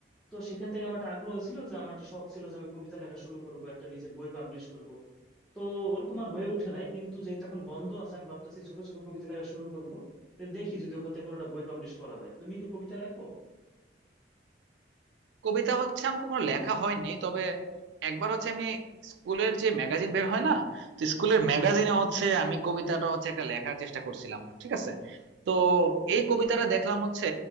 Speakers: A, in the centre; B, on the right (about 75°).
A: তো সেখান থেকে আমার একটা আগ্রহ ছিল যে আমার একটা শখ ছিল যে আমি কবিতা লেখা শুরু করব একটা নিজের বই পাবলিশ করব তো ওরকম আর হয়ে উঠে নাই কিন্তু যেহেতু এখন বন্ধ আছে আমি ভাবতেছি ছোট ছোট কবিতা লেখা শুরু করব তো দেখি যদি ওখান থেকে কোনো একটা বই পাবলিশ করা যায় তুমি কি কবিতা লেখো
B: কবিতা হচ্ছে আমার কখনো লেখা হয়নি তবে একবার হচ্ছে আমি স্কুলের যে ম্যাগাজিন বের হয় না তো স্কুলের ম্যাগাজিনে হচ্ছে আমি কবিতাটা হচ্ছে একটা লেখার চেষ্টা করছিলাম ঠিক আছে তো এই কবিতাটা দেখলাম হচ্ছে